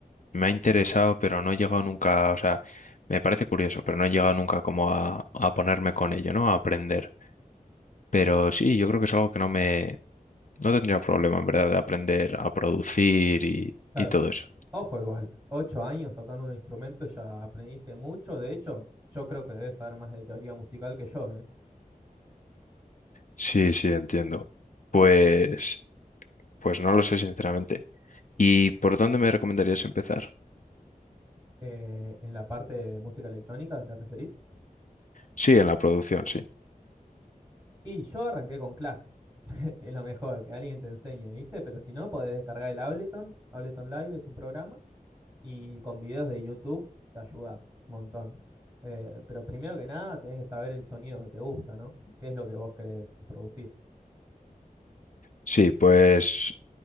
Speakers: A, on the left (about 60°); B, on the right (about 25°).
A: me ha interesado, pero no he llegado nunca, o sea, me parece curioso, pero no he llegado nunca como a, a ponerme con ello, ¿no? A aprender. Pero sí, yo creo que es algo que no me No tendría problema, en verdad, de aprender a producir y,
B: Claro.
A: y todo eso.
B: Ojo igual, ocho años tocando un instrumento, ya aprendiste mucho. De hecho, yo creo que debes saber más de teoría musical que yo, ¿eh?
A: Sí, sí, entiendo. Pues, pues no lo sé, sinceramente. ¿Y por dónde me recomendarías empezar?
B: Eh, en la parte de música electrónica, ¿te referís?
A: Sí, en la producción, sí.
B: Y yo arranqué con clases. <laughs> Es lo mejor, que alguien te enseñe, ¿viste? Pero si no, podés descargar el Ableton. Ableton Live es un programa y con videos de YouTube te ayudas un montón. Eh, pero primero que nada, tenés que saber el sonido que te gusta, ¿no? ¿Qué es lo que vos querés producir?
A: Sí, pues,